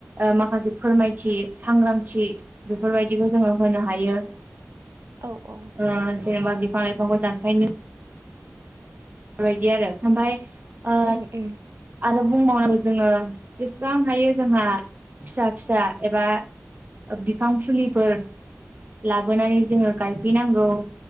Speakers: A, on the right (about 40°); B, on the right (about 90°).
A: माखासे फोरमायथि सांग्रांथि बेफोरबायदिखौ जोङो होनो हायो।
B: औ औ
A: ओ जेनेबा बिफां लाइफांखौ दानफायनो बेबायदि आरो ओमफ्राय ओ
B: उम उम
A: आरो बुंबावनांगौ जोङो जेसेबां हायो जोंहा फिसा फिसा एबा बिफां फुलिफोर लाबोनानै जोङो गायफैनांगौ।